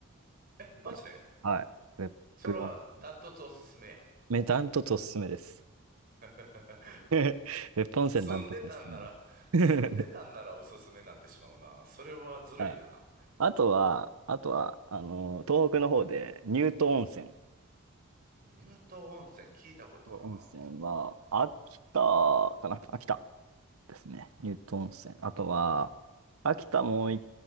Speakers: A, on the right; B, on the right.
A: え、
B: だから、
A: マジで
B: はい。別府温泉。
A: それはダントツおすすめやん。
B: め、ダントツおすすめです。
A: <laughs>
B: <laughs> 別府温泉ダントツおすすめです。
A: 住んでたんなら、住んでたんならおすすめになってしまうな。
B: <laughs>
A: それはずるいな。
B: はい。あとは、あとは、あの東北の方で、乳頭温泉。乳
A: 乳頭温泉聞いたことあるな。
B: 頭温泉は、秋田かな秋田。ですね。乳頭温泉。あとは、秋田もう一